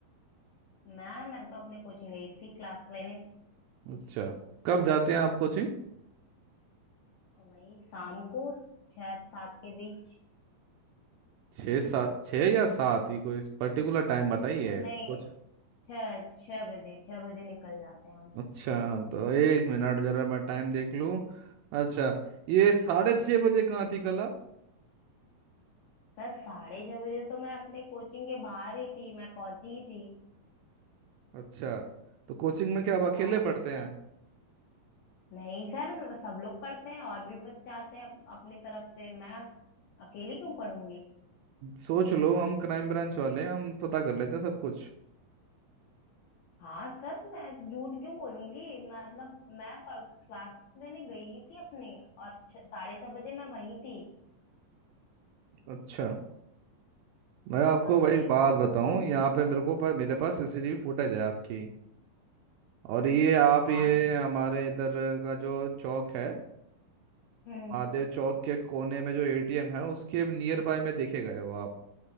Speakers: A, on the left; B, on the right.
A: मैं मैं तो अपने कोचिंग गई थी क्लास लेने
B: अच्छा कब जाते हैं आप कोचिंग
A: और वही शाम को छह सात के बीच
B: छः सात छः या सात ये कोई पर्टिकुलर टाइम बताइए
A: अ, नहीं
B: कुछ
A: छह छह बजे छह बजे निकल जाते हैं हम
B: अच्छा तो एक मिनट जरा मैं टाइम देख लूँ अच्छा ये साढ़े छः बजे कहाँ थी कल आप
A: सर साढ़े छह बजे तो मैं अपने कोचिंग के बाहर ही थी मैं पहुंची ही थी
B: अच्छा तो कोचिंग में क्या आप अकेले
A: हाँ जी
B: पढ़ते
A: सर
B: हैं
A: नहीं सर सब लोग पढ़ते हैं और भी बच्चे आते हैं अप- अपनी तरफ से मैं अकेली क्यों पढ़ूंगी
B: सोच लो हम क्राइम ब्रांच वाले हैं हम पता कर लेते हैं सब कुछ
A: हाँ सर मैं झूठ क्यों बोलूंगी मतलब मैं क्लास लेने गई थी अपनी और छ- साढ़े छह बजे मैं वहीं थी
B: अच्छा मैं आपको
A: हाँ
B: भाई
A: जी
B: एक बात बताऊं यहाँ पे मेरे को पर मेरे पास सीसीटीवी फुटेज है आपकी और ये आप
A: हाँ
B: ये हमारे इधर का जो चौक है
A: हम्म
B: महादेव चौक के कोने में जो एटीएम है उसके नियर बाय में देखे गए हो आप